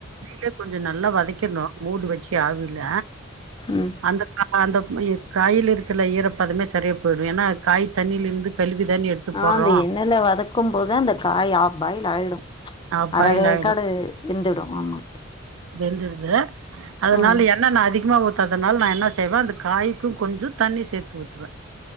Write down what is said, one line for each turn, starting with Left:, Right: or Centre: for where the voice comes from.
Right: ல கொஞ்சோ நல்லா வதக்கிடணு மூடு வச்சு ஆவில
Left: ம்
Right: அந்த கா அ அந்த புயி காயில இருக்குல ஈரப்பதமே சரியா போயிடு ஏன்னா காய் தண்ணியில இருந்து கழுவிதானே எடுத்து
Left: ஆ
Right: போடுறோம்
Left: அந்த எண்ணெயில வதக்கு போது அந்த காய் ஆஃப்பாயில் ஆயிடு
Right: ஆ பாயில்
Left: அரவேக்காடு
Right: ஆயிடும்
Left: விந்துடு ஆமா
Right: வெந்துடுது அதனால
Left: ம்
Right: எண்ண நா அதிகமா ஊத் அதனால நா என்ன செய்வே அந்த காய்கு கொஞ்சோ தண்ணி சேர்த்து ஊத்துவே